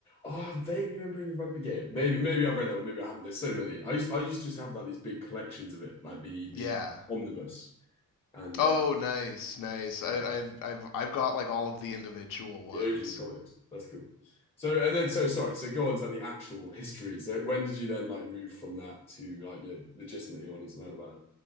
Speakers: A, on the left; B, on the left.
A: Oh, I'm vaguely remembering the rugby game. Maybe, maybe I've read that one. Maybe I haven't. There's so many. I used, I used to just have like these big collections of it, like the the
B: yeah.
A: omnibus and
B: Oh,
A: uh,
B: nice, nice. I,
A: oh,
B: I, I've, I've got like all of the individual ones.
A: the OG comics. That's cool. So, and then, so sorry. So, go on to like, the actual history. So, when did you then like move from that to like you know legitimately wanting to learn about